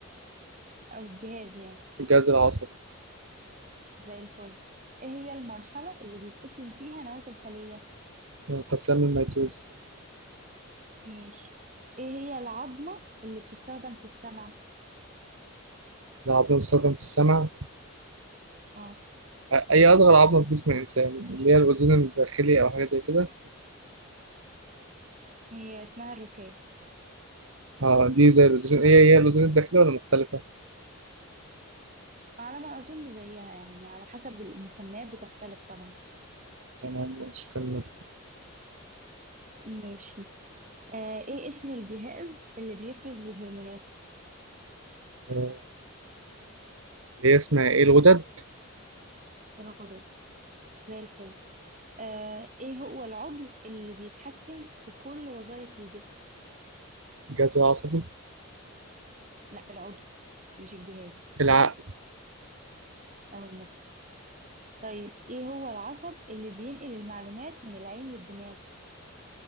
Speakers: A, on the right; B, on the right.
A: او الجهاز يعني
B: الجهاز العصبي
A: زي الفل ايه هي المرحلة اللي بيتقسم فيها نواة الخلية
B: انقسام الميتوز
A: ماشي ايه هي العظمة اللي بتستخدم في السمع
B: العظم المستخدم في السمع
A: اه
B: أي أصغر عظمة في جسم الإنسان اللي هي الأذن الداخلي أو حاجة زي كده
A: هي اسمها الركاب
B: اه دي زي الوزرين هي هي الوزرين الداخلية ولا مختلفة؟
A: على ما اظن زيها يعني على حسب المسميات بتختلف طبعا
B: تمام ماشي كمل
A: ماشي آه ايه اسم الجهاز اللي بيفرز الهرمونات
B: آه، اللي هي اسمها ايه الغدد
A: الغدد زي الفل آه ايه هو العضو اللي بيتحكم في كل وظائف الجسم
B: الجهاز العصبي
A: لا العضو مش الجهاز
B: العقل
A: او المخ طيب ايه هو العصب اللي بينقل المعلومات من العين للدماغ